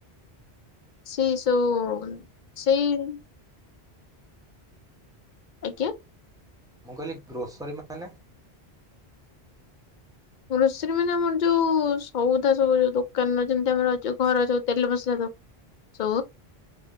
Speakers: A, on the left; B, in the centre.
A: ସେଇ ସବୁ ସେଇ ଆଜ୍ଞା।
B: ମୁଁ କହିଲି ଗ୍ରୋସରୀ ମାନେ?
A: ଗ୍ରୋସରୀ ମାନେ ଆମର ଯୋଉ ସଉଦା ସବୁ ଯୋଉ ଦୋକାନ ଯେମିତି ଆମର ଯୋଉ ଘର ଯୋଉ ତେଲ ମସଲା ଦ ସ